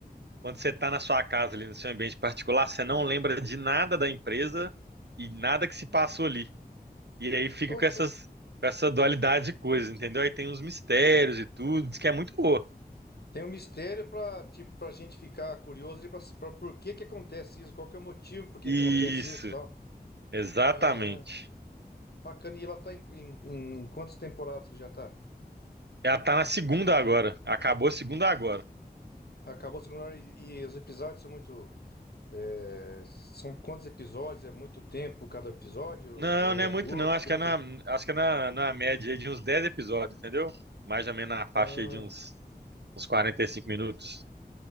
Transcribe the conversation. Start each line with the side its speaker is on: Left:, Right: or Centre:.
Right: quando você está na sua casa, ali no seu ambiente particular, você não lembra de nada da empresa e nada que se passou ali. E aí fica
Left: Nossa.
Right: com essas, com essa dualidade de coisas, entendeu? Aí tem uns mistérios e tudo, diz que é muito boa.
Left: Tem um mistério para tipo para gente ficar curioso e para por que que acontece isso? Qual que é o motivo por que
Right: Isso,
Left: que acontece isso, e tal?
Right: exatamente.
Left: É, bacana. E ela tá em, em- em quantas temporadas que já tá?
Right: Ela tá na segunda agora. Acabou a segunda agora.
Left: Acabou a segunda e, e os episódios são muito é, são quantos episódios? É muito tempo cada episódio ou
Right: Não, não
Left: é
Right: é muito
Left: curto?
Right: não. Acho
Left: Como
Right: que é
Left: é
Right: na,
Left: que é?
Right: acho que é na, na média aí de uns 10 episódios, entendeu? Mais ou menos na faixa
Left: Ah,
Right: aí de uns, uns 45 minutos